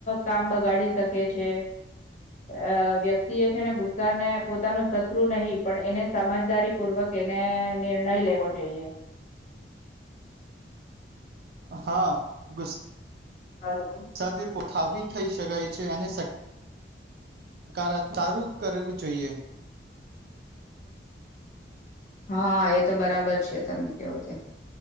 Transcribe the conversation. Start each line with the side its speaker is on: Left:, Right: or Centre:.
Left: કામ બગાડી શકે છે અ વ્યક્તિ એ છે ને ગુસ્સાને પોતાનો શત્રુ નહીં પણ એને સમજદારી પૂર્વક એને નિર્ણય લેવો જોઈએ.
Right: હા ગુસ
Left: હલો.
Right: સાથી <unintelligible> થઈ શકાય છે અને <unintelligible> સારું કરવું જોઈએ.
Left: હા એ તો બરાબર છે તમે કેવો તે